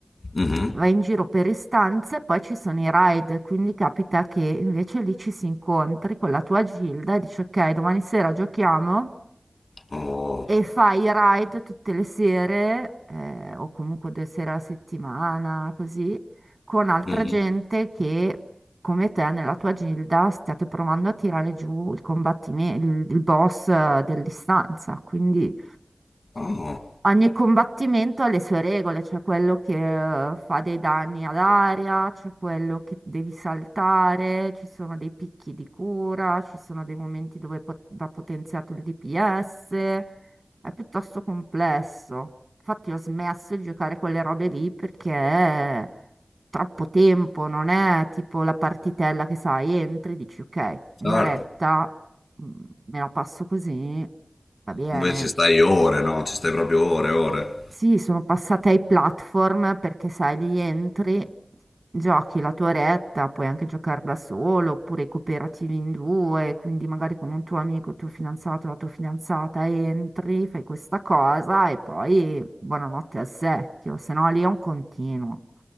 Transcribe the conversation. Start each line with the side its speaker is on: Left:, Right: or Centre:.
Left: Mhm.
Right: Vai in giro per istanze, poi ci sono i raid, quindi capita che invece lì ci si incontri con la tua gilda e dici ok, domani sera giochiamo
Left: Oh.
Right: e fai i raid tutte le sere, eh, o comunque due sere alla settimana, così, con altra
Left: Mhm.
Right: gente che, come te, nella tua gilda, stiate provando a tirare giù il combattimento, il, il boss eh, dell'istanza. Quindi
Left: Oh,
Right: Ogni combattimento ha le sue regole, c'è quello che eh, fa dei danni ad aria, c'è quello che devi saltare, ci sono dei picchi di cura, ci sono dei momenti dove pot- va potenziato il DPS, è piuttosto complesso. Infatti ho smesso di giocare quelle robe lì perché è troppo tempo, non è tipo la partitella che sai, entri, dici ok, un'oretta,
Left: certo.
Right: mm, me la passo così, va bene.
Left: Invece ci stai ore, no? Ci stai proprio ore, ore.
Right: Sì, sono passata ai platform perché sai, lì entri, giochi la tua retta, puoi anche giocare da solo oppure cooperativi in due, quindi magari con un tuo amico, il tuo fidanzato, la tua fidanzata entri, fai questa cosa e poi buonanotte al secchio, se no lì è un continuo.